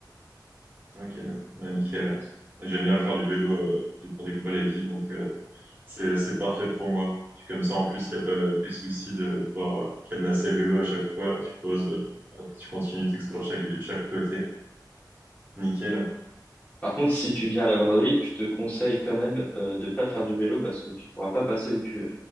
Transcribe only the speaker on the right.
Ok, ouais, nickel. J'aime bien faire du vélo euh, pour découvrir les villes, donc euh, c'est c'est parfait pour moi. Puis comme ça, en plus, il n'y a pas le- les soucis de devoir euh, cadenasser le vélo à chaque fois. Tu poses, euh, hop, tu continues, tu explores chaque, ville- chaque côté. Nickel.